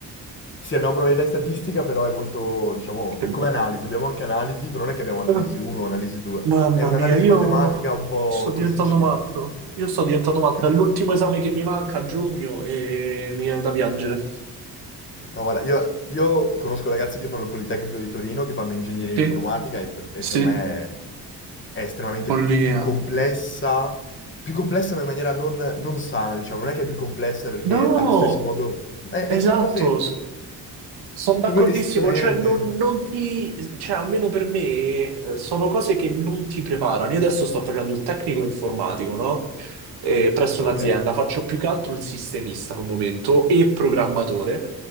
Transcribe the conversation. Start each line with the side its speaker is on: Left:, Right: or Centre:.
Left: Sì, abbiamo probabilità e statistica, però è molto, diciamo,
Right: Che bello.
Left: come analisi. Abbiamo anche analisi, però non è che abbiamo analisi
Right: Eh,
Left: 1 o analisi 2.
Right: Mamma
Left: È un'analisi
Right: mia, io
Left: matematica un po'
Right: sto diventando
Left: così chill.
Right: matto, io sto diventando matto,
Left: <laughs>
Right: è l'ultimo esame che mi manca a giugno e mi viene da piangere.
Left: No, guarda, io, io conosco ragazzi che fanno il Politecnico di Torino, che fanno ingegneria
Right: Sì,
Left: informatica e per, e
Right: sì,
Left: per me è, è estremamente
Right: follia.
Left: pi- più complessa, più complessa ma in maniera non, non sana, diciamo, non è che è più complessa perché
Right: No,
Left: allo stesso modo...
Right: esatto,
Left: sono cose
Right: sono d'accordissimo,
Left: Proprio esterne.
Right: cioè non, non ti, cioè almeno per me eh, sono cose che non ti preparano. Io adesso sto facendo il tecnico informatico, no? Eh, presso
Left: Ok.
Right: un'azienda, faccio più che altro il sistemista al momento e programmatore,